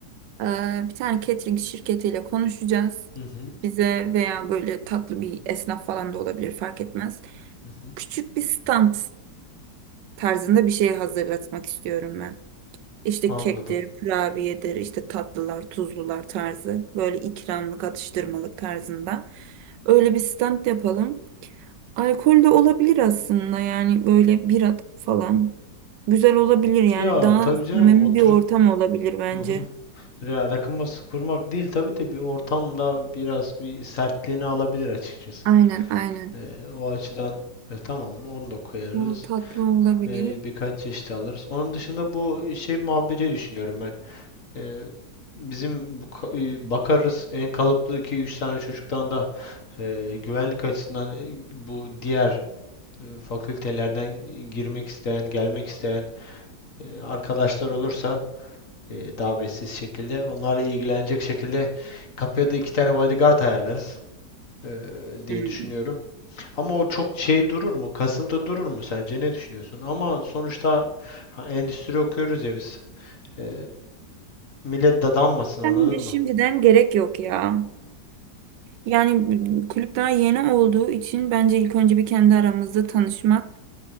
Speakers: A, on the right (about 80°); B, on the left (about 50°).
A: Ee, bir tane catering şirketiyle konuşacağız.
B: Hı hı.
A: Bize veya böyle tatlı bir esnaf falan da olabilir fark etmez.
B: Hı hı.
A: Küçük bir stand tarzında bir şey hazırlatmak istiyorum ben. İşte
B: Anladım.
A: kektir, kurabiyedir, işte tatlılar, tuzlular tarzı. Böyle ikramlık, atıştırmalık tarzında. Öyle bir stand yapalım. Alkol de olabilir aslında yani böyle bira falan. Güzel olabilir yani
B: Ya
A: daha
B: tabii canım
A: samimi
B: oturup
A: bir ortam olabilir bence.
B: hı hı. Ya rakı masası kurmak değil tabii de bir ortamda biraz bir sertliğini alabilir açıkçası.
A: Aynen aynen.
B: Ee, o açıdan e, tamam onu da koyarız.
A: Bu tatlı olabilir.
B: Ee, birkaç çeşit alırız. Onun dışında bu şey muhabbeti düşünüyorum ben. Ee, bizim bu ka- e, bakarız en kalıplı iki üç tane çocuktan da e, güvenlik açısından e, bu diğer e, fakültelerden girmek isteyen, gelmek isteyen e, arkadaşlar olursa e, davetsiz şekilde onlarla ilgilenecek şekilde kapıya da iki tane bodyguard ayarlarız e, diye
A: Hmm.
B: düşünüyorum. Ama o çok şey durur mu? Kasıntı durur mu sence? Ne düşünüyorsun? Ama sonuçta ha, endüstri okuyoruz ya biz. E, millet dadanmasın anladın
A: Bence şimdiden
B: mı?
A: gerek yok ya. Yani kulüp daha yeni olduğu için bence ilk önce bir kendi aramızda tanışmak